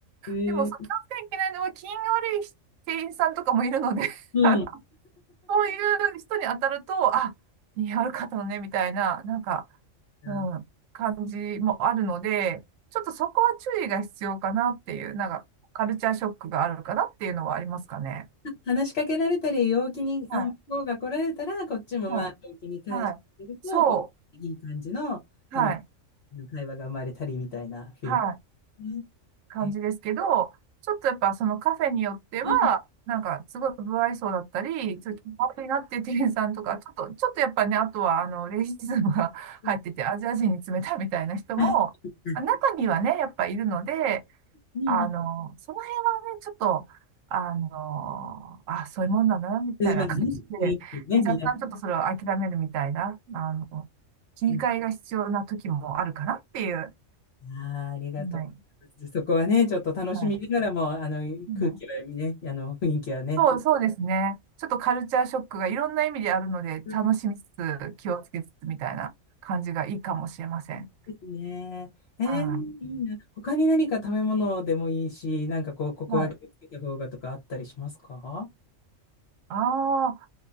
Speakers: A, on the left; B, on the right.
A: えー、
B: でもそう、気をつけなきゃいけないのは、気が悪い店員さんとかもいるので
A: うん。
B: <laughs> あそういう人に当たると、あ、似合う方かったのね、みたいな、なんか、
A: うん
B: うん、感じもあるので、ちょっとそこは注意が必要かなっていう、なんか、カルチャーショックがあるかなっていうのはありますかね。
A: 話しかけられたり、陽気に、
B: はい、
A: あの、向こうが来られたら、こっちもまあ、
B: は
A: 陽気に返してあげると、
B: い、はい。そ
A: こう、いい感じの楽し
B: う、はい、
A: い会話が生まれたりみたいな雰囲気ね。
B: はい。感じですけど、
A: え
B: ちょっとやっぱそのカフェによっては、
A: うん。
B: なんかすごい不愛想だったり、ちょっと気悪いなっていう店員さんとか、ちょっと、ちょっとやっぱね、あとはあの、レイシズムが <laughs>
A: うん。
B: 入ってて、アジア人に冷たいみたいな人も、
A: はうん。
B: あ中にはね、やっぱいるので、
A: うん
B: あの、その辺はね、ちょっと、あの、あ、そういうもんなんだな、みたいな感じで、
A: うんまあね、雰囲気ね、見られ
B: 若干ちょっとそれを諦めるみたいな、あの、切り替えが必要な時もあるかなっていう。
A: る。うんああ、ありがとうございます。
B: はい。
A: そこはね、ちょっと楽しみながらも、
B: はい。
A: あの、
B: はい
A: 空気はね、あの、雰囲気はね。
B: そう、そうですね。ちょっとカルチャーショックがいろんな意味であるので、
A: うん
B: 楽しみつつ、気をつけつつみたいな感じがいいかもしれません。
A: ですね。えー、
B: は
A: いいな。他に何か食べ物でもいいし、なんかこう、ここは気をつけた方がとかあったりしますか
B: い。はい。ああ、